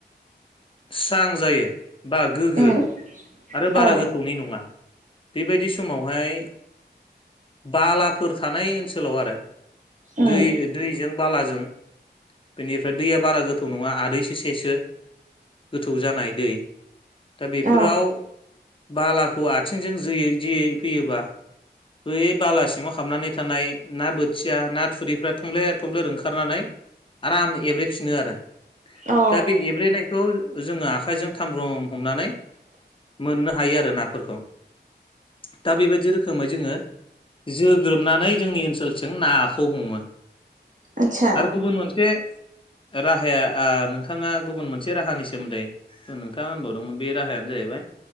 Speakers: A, on the left; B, on the right.
A: स्रां जायो। बा गोग्गो
B: उम
A: आरो बारा
B: औ
A: गोथौनि नङा। बेबायदि समावहाय बालाफोर थानाय ओनसोलाव आरो
B: उम
A: दै दैजों बालाजों बेनिफ्राय दैया बारा गोथौ नङा आदैसो सेसो गोथौ जानाय दै दा बेफोराव
B: औ
A: बालाखौ आथिंजों जोयै जोयै फैयोबा बै बालासिङाव हाबनानै थानाय ना बोथिया ना थुरिफ्रा थमब्लेद थमब्लेद ओंखारनानै आराम एब्रेफिनो आरो
B: अ
A: दा बे एब्रेनायखौ जोङो आखायजों थामब्रम हमनानै मोननो हायो आरो नाफोरखौ दा बेबायदि रोखोमै जोङो जोग्रोमनानै जोंनि ओनसोलजों नाखौ हमो।
B: आदसा
A: आरो गुबुन मोनसे राहाया ओ नोंथाङा गुबुन मोनसे राहानि सोमोन्दै नोंथाङा होनबावदोंमोन बे राहायानो जाहैबाय